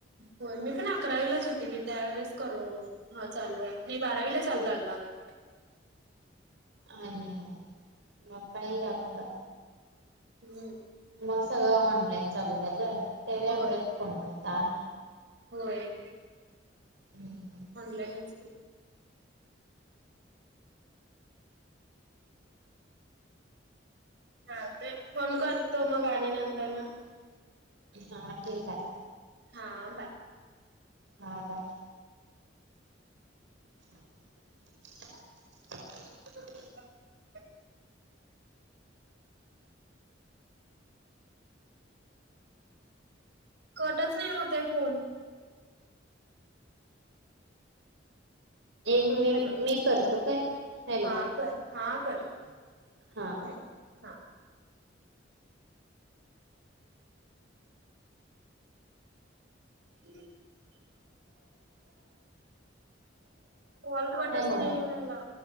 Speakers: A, on the right (about 65°); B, on the right (about 80°).
A: होय. मी पण अकरावीलाच होते की, त्यावेेळेस करो हा चालू आहे. मी बारावीला चाल <unintelligible>
B: आणि मग काही आपलं
A: हम्म.
B: मग सगळं ऑनलाईन चालू झालं. त्यावेळी आमच्यात
A: होय
B: फोन नव्हता.
A: होय.
B: हम्म हम्म.
A: ऑनलाईनच की. हा ते फोन करतो मग आणि नंतर ना.
B: हा ठीक आहे.
A: हा बाय.
B: हा बाय. <inaudible>
A: <inaudible> कटच नाही होतय फोन.
B: एक मी मी
A: हॅलो
B: करतो काय हॅलो.
A: हा कर हा कर.
B: हा.
A: हम्म हा. <inaudible> कॉल कटच
B: हॅलो
A: नाही झाला.